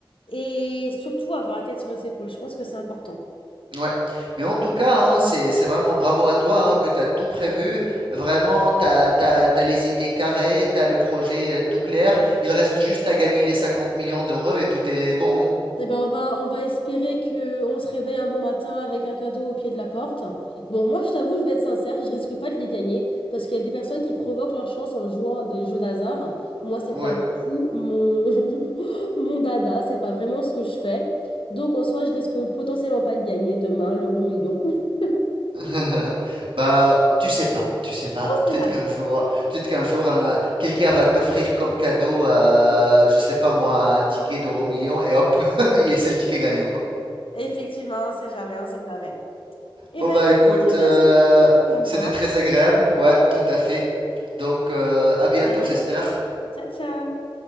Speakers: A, on the left; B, on the right.
A: et surtout avoir la tête sur les épaules. Je pense que c'est important.
B: Ouais, mais en tout cas, hein, c'est c'est vraiment bravo à toi hein, que tu as tout prévu. Vraiment, tu as, t'as, t'as- t'as les idées carrées, tu as le projet euh, tout clair. Il reste juste à gagner les 50 millions d'euros et tout est bon. hein.
A: Eh ben on va, on va espérer qu'on se réveille un beau matin avec un cadeau au pied de la porte. Bon, moi, je t'avoue, je vais être sincère, je risque pas de les gagner parce qu'il y a des personnes qui provoquent leur chance en jouant à des jeux d'hasard. Moi, c'est
B: Ouais.
A: pas du tout mon, <laughs> mon dada, c'est pas vraiment ce que je fais. Donc, en soi, je risque potentiellement pas de gagner demain l'euro million. <laughs>
B: <laughs> Bah, tu sais pas, tu sais pas.
A: On sait
B: Peut-être
A: jamais.
B: qu'un jour, peut-être qu'un jour, un- quelqu'un va t'offrir comme cadeau, euh, je sais pas moi, un ticket d'euro million et hop, <laughs> il c'est le ticket gagnant.
A: Effectivement, on sait jamais, on sait jamais. Eh
B: Bon
A: ben
B: bah
A: écoute,
B: écoute,
A: en tout
B: euh,
A: cas, c'était très sympa.
B: c'était très agréable, ouais, tout à fait. Donc euh, à bientôt,
A: À bientôt.
B: j'espère.
A: Ciao, ciao.